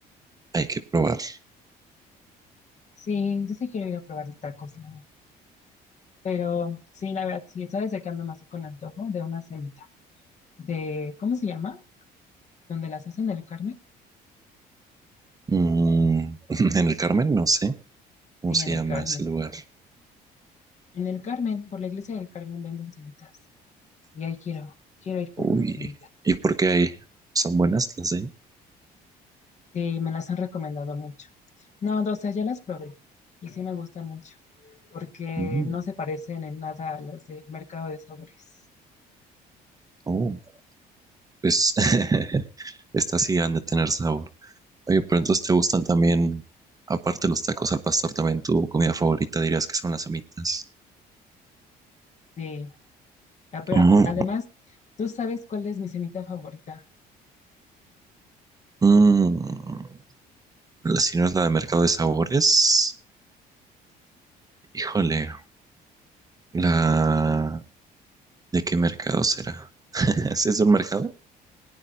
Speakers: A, on the right; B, on the left.
A: hay que probar
B: sí, yo sí quiero ir a probar tacos, la verdad. Pero sí, la verdad, sí, ¿sabes de qué ando más con antojo? De una semita. De, ¿cómo se llama? ¿Donde las hacen en el Carmen?
A: Mm, <laughs> en el Carmen, no sé cómo
B: Sí,
A: se
B: en
A: llama
B: el Carmen.
A: ese lugar.
B: En el Carmen, por la iglesia del Carmen venden semitas. Y ahí quiero, quiero ir por
A: Uy,
B: una semita.
A: ¿y por qué ahí? ¿Son buenas las de ahí?
B: Sí, me las han recomendado mucho. No, o sea, ya las probé. Y sí me gustan mucho. Porque
A: Mm,
B: no se parecen en nada a las de mercado de sabores.
A: oh, pues <laughs> estas sí han de tener sabor. Oye, pero entonces te gustan también, aparte de los tacos al pastor, también tu comida favorita dirías que son las humitas.
B: Sí. Ah, pero
A: Oh,
B: Además, ¿tú sabes cuál es mi semita favorita?
A: mm, si no es la de mercado de sabores, híjole, la ¿de qué mercado será? <laughs> ¿Es de un mercado?